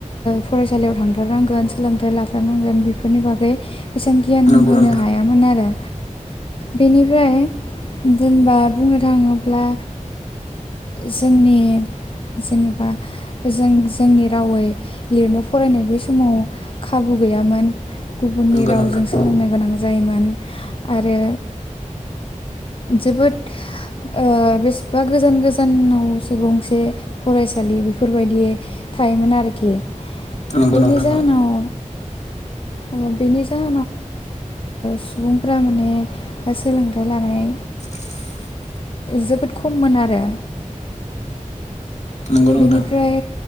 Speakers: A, on the left; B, on the left.
A: फरायसालियाव थांथारनांगोन सोलोंथाइ ला थारनांगोन बेफोरनि बागै एसेबां गियान
B: नंगौ
A: होनो
B: नोंथां
A: हायामोन आरो बेनिफ्राय जेनेबा बुंनो थाङोब्ला जोंनि जेनेबा जों जोंनि रावै लिरनो फरायनो बै समाव खाबु गैयामोन गुबुननि
B: नंगौ
A: रावजों
B: नोंथां
A: सोलोंनो गोनां जायो जायोमोन आरो जोबोद ओ बेसेबा गोजान गोजानावसो गंसे फरायसालि बेफोर बेफोरबायदि थायोमोन आरोखि
B: नंगौ
A: बिनि
B: नोंथां
A: जाहोनाव
B: औ
A: अ बेनि जाहोनाव
B: <inaudible>
A: सुबुंफ्रा माने सोलोंथाइ लानाय
B: <inaudible>
A: जोबोद खममोन आरो
B: नंगौ नोंथां
A: बिनिफ्राय